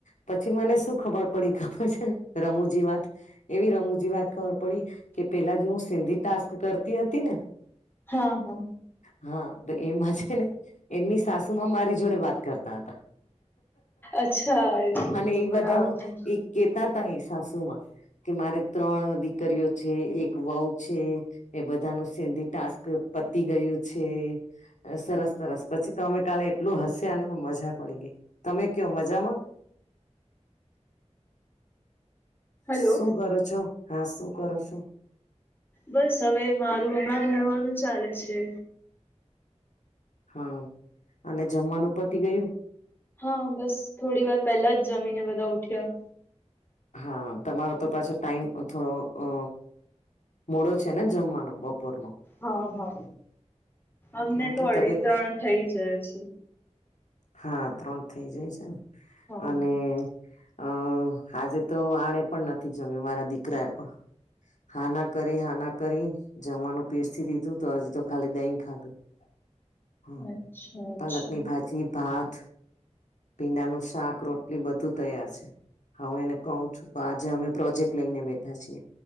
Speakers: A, on the left (about 85°); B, on the left (about 15°).
A: પછી મને શું ખબર પડી ખબર છે રમુજી વાત. એવી રમૂજી વાત ખબર પડી, કે પેલા જો હું સિંધી ટાસ્ક કરતી હતી ને.
B: હા હા.
A: હા તો એમાં છે ને એમની સાસુ માં મારી જોડે વાત કરતા હતા.
B: અચ્છા એવું
A: અને
B: હતું
A: એ
B: બરાબર
A: બધાનું એક કેતા ત એ સાસુ માં, કે મારે ત્રણ દીકરીઓ છે એક વહ છે, એ બધા ન સિંધી ટાસ્ક પતી ગયું છે. સરસ સરસ પછી તો અમે કાલે એટલું હસ્યાને મજા પડી ગઈ. તમે કયો મજામાં?
B: હલો
A: શું કરો છો હા શું કરો છો?
B: બસ હવે મારું હમણાં ભણવાનું ચાલે છે.
A: હા, અને જમવાનું પતિ ગયું?
B: હા બસ થોડી વાર પેલા જ જમીને બધા ઉઠ્યા.
A: હા તમારો તો પાછો ટાઈમ થોડો અ મોડો છે ને જમવાનો બપોર ન?
B: હા હા, અમને
A: બાકી
B: તો અઢી
A: તબિયત
B: ત્રણ થઇ જાય છે.
A: હા ત્રણ થઇ જાય છે ને,
B: હા
A: અને
B: હા
A: અ આજે તો આને પણ નથી જમ્યું મારા દીકરાએ પણ, હાના કરી હના કરી જમવાનું, પીરથી દીધું તો હજુ તો, ખાલી દહીં ખાધું. હ,
B: અચ્છા અચ્છા
A: પાલકની ભાજી ભાત પીંડાનું શાક-રોટલી બધું તૈયાર છે. હા, એને કું છું, તો આજે અમે પ્રોજેક્ટ લઈને બેઠા છીએ,